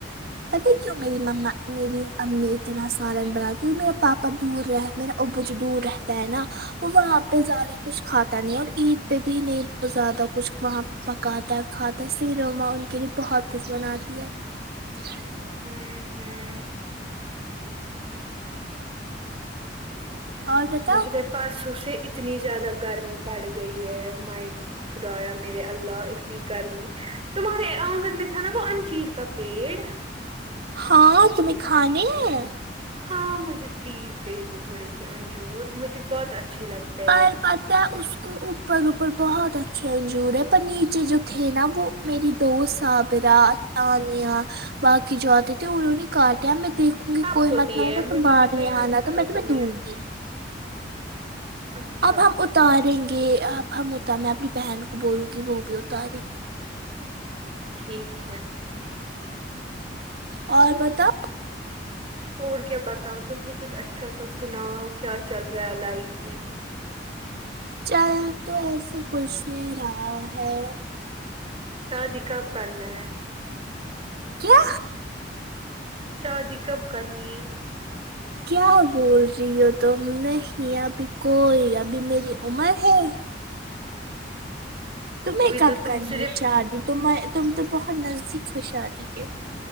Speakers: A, on the right; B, on the right.
A: پتا کیوں میری مما میری امی اتنا سالن بنا کیوں میرا پاپا دور رہے میرا ابوجو دور رہتا ہے نا وہ وہاں پہ زیادہ کچھ کھاتا نہیں ہے اور عید پہ بھی نہیں وہ زیادہ کچھ وہاں پہ پکاتا ہے کھاتا ہے اسلئے بھی مما ان کے لیے بہت کچھ بناتی ہے ہ
B: ہوں ہوں
A: اور بتاؤ
B: تمھے پاتاہے پرسوں سے اتنی زیادہ گرمی بڑھ گئی ہے مائ خدایا میرے اللہ اتنی گرمی تمہارے آنگن میں تھا نا وہ انجیر کا پیڑ
A: ہاں تمہیں کھانے ہیں
B: ہاں مجھے پلیز دے دو تھوڑے سے انجور مجھے بہت اچھے لگتے
A: پر
B: ہے
A: پتہ ہے اس کو اوپر اوپر بہت اچھے انجور ہے پر نیچے جو تھے نا وہ میری دو صابیرا انیا باقی جو آتے تھے انہوں نے کاٹیا میں دیکھ دکھوں گی
B: سب
A: کوئی
B: کو
A: مت
B: دیے
A: نہ ہوا تو
B: مجھے
A: بعد
B: بھی دینا
A: میں آنامیں
B: تھا نا
A: تمھے
B: تمہیں
A: دوں گی
B: اچھا
A: اب ہم اتاریں گے اب ہم اتار میں اپنی بہن کو بولوں گی وہ بھی اتارے گی
B: ٹھیک ہے
A: اور بتاؤ
B: اور کیا بتاؤں تمہی کچھ اچھا سا سناؤ کیا چل رہا ہے لائف میں
A: چل تو ایسے کچھ نہیں رہا ہے
B: شادی کب کرنا ہے
A: کیا
B: شادی کب کرنی ہے
A: کیا بول رہی ہو تم نہیں ابھی کوئی ابھی میری عمر ہے تمہیں
B: ابھی
A: کب
B: تو تم
A: کرنی
B: صرف
A: ہے شادی تمے تم تو بہت نزدیک ہو شادی کے